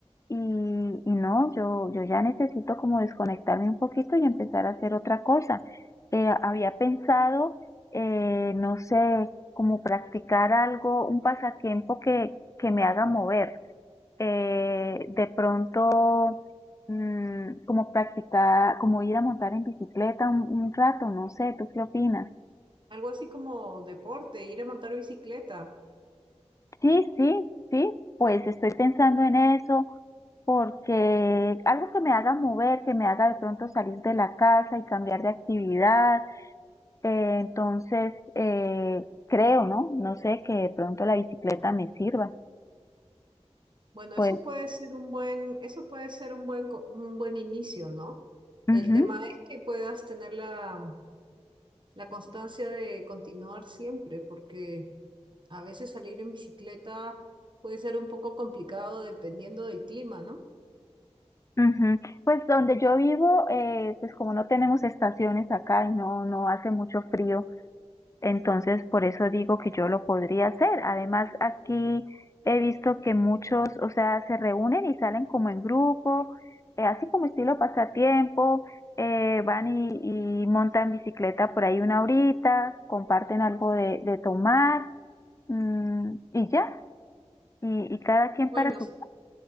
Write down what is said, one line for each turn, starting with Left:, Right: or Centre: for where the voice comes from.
Left: Y, y no, yo, yo ya necesito como desconectarme un poquito y empezar a hacer otra cosa. Eh, había pensado, eh, no sé, como practicar algo, un pasatiempo que, que me haga mover. Eh, de pronto, mm, como practicar, como ir a montar en bicicleta un, un rato, no sé, ¿tú qué opinas?
Right: Algo así como deporte, ir a montar bicicleta.
Left: Sí, sí, sí, pues estoy pensando en eso. porque algo que me haga mover, que me haga de pronto salir de la casa y cambiar de actividad, eh, entonces eh, creo, ¿no? No sé, que de pronto la bicicleta me sirva.
Right: Bueno,
Left: Pues,
Right: eso puede ser un buen, eso puede ser un buen, co- un buen inicio, ¿no?
Left: ujú,
Right: El tema es que puedas tener la, la constancia de continuar siempre, porque a veces salir en bicicleta puede ser un poco complicado dependiendo del clima, ¿no?
Left: ujú. Pues donde yo vivo, eh, pues como no tenemos estaciones acá y no, no hace mucho frío, Entonces, por eso digo que yo lo podría hacer. Además, aquí he visto que muchos, o sea, se reúnen y salen como en grupo, eh, así como estilo pasatiempo, eh, van y, y montan bicicleta por ahí una horita, comparten algo de, de tomar, mm, y ya, y, y cada quien
Right: Bueno,
Left: para su...
Right: s-